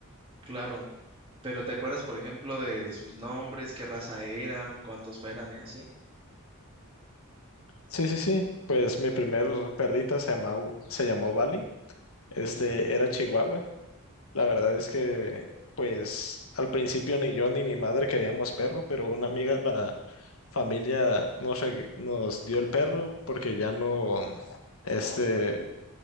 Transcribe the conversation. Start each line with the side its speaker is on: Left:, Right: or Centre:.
Right: claro. Pero ¿te acuerdas, por ejemplo, de sus nombres, qué raza eran, cuántos eran y así?
Left: Sí, sí, sí, pues mi primer perrita se llamaba, se llamó Bali, este
Right: Ujú,
Left: era Chihuahua, la verdad es que pues al principio ni yo ni mi madre queríamos perro, pero una amiga de la familia nos, reg- nos dio el perro porque ya no... Este,